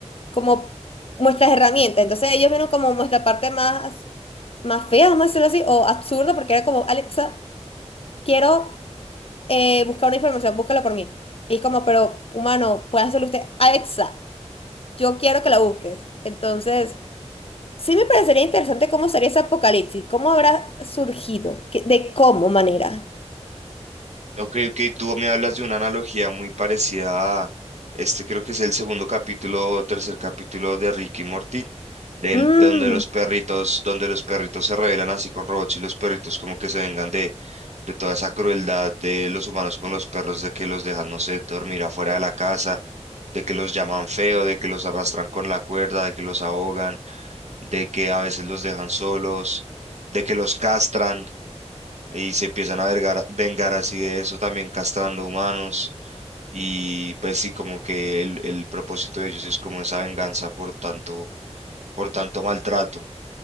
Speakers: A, on the left; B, on the right.
A: como nuestras herramientas. Entonces ellos vieron como nuestra parte más, más fea, vamos a decirlo así, o absurda, porque era como, Alexa, quiero eh, buscar una información, búscala por mí. Y es como, pero humano, puede hacerlo usted, Alexa, yo quiero que la busques. Entonces, sí me parecería interesante cómo sería ese apocalipsis, cómo habrá surgido, ¿Qué- de cómo manera.
B: Ok, ok, tú me hablas de una analogía muy parecida a este, creo que es el segundo capítulo o tercer capítulo de Ricky y Morty, del,
A: Mm,
B: de donde los perritos, donde los perritos se rebelan así con robots y los perritos como que se vengan de, de toda esa crueldad de los humanos con los perros, de que los dejan, no sé, dormir afuera de la casa, de que los llaman feo, de que los arrastran con la cuerda, de que los ahogan, de que a veces los dejan solos, de que los castran y se empiezan a vergar- vengar así de eso, también castrando humanos. Y pues sí, como que el, el propósito de ellos es como esa venganza por tanto, por tanto maltrato.